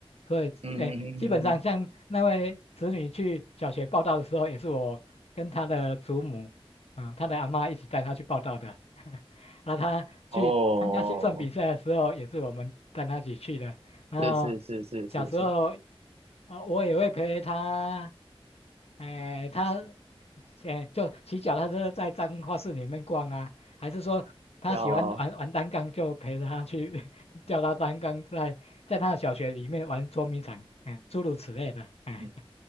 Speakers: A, on the left; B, on the right.
A: 所以哎，
B: 嗯嗯嗯嗯嗯，
A: 基本上像那位子女去小学报道的时候，也是我跟他的祖母，嗯，他的阿妈一起带他去报道的，<laughs> 然后他去参加心算比赛的时候，
B: 哦。哦哦
A: 也是我们带他一起去的，然后
B: 是是是是是是，
A: 小时候，呃，我也会陪他。哎，他哎，就骑脚踏车在彰化市里面逛啊，还是说他喜欢玩玩单杠，
B: 要
A: 就陪着他去 <laughs> 叫他单杠在在他的小学里面玩捉迷藏，哎，诸如此类的，哎
B: 嗯